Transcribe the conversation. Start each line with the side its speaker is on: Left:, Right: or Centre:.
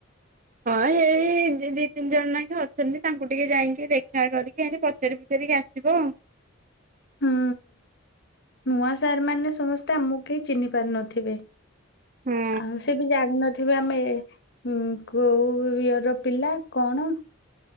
Right: ହଁ ଏଇ ଦି ତିନି ଜଣାଗ ଅଛନ୍ତି ତାଙ୍କୁ ଟିକେ ଯାଇକି ଦେଖା କରିକି ପଚାରି ପଚାରିକି ଆସିବ
Left: ହୁଁ ନୂଆ ସାର୍ ମାନେ ସମସ୍ତେ ଆମକୁ କେହି ଚିହ୍ନି ପାରୁ ନଥିବେ।
Right: ହଁ।
Left: ଆଉ ସେ ବି ଜାଣିନଥିବେ ଆମେ ହଁ କୋଉ ଇଅର ପିଲା କଣ